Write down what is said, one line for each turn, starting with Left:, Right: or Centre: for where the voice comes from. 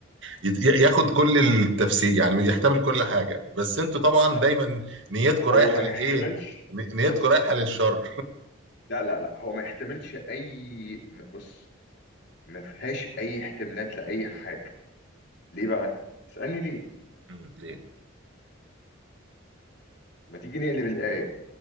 Right: يت- ياخد كل التفسير يعني يحتمل كل حاجة بس انتوا طبعا
Left: لا
Right: دايما نيتكم
Left: هو
Right: رايحة
Left: ما
Right: للايه
Left: يحتملش
Right: ن- نيتكم
Left: بص
Right: رايحة للشر
Left: لا لا لا هو ما يحتملش اي بص ما فيهاش اي احتمالات لاي حاجه ليه بقى اسالني ليه
Right: مم، ليه
Left: ما تيجي نقلب الايه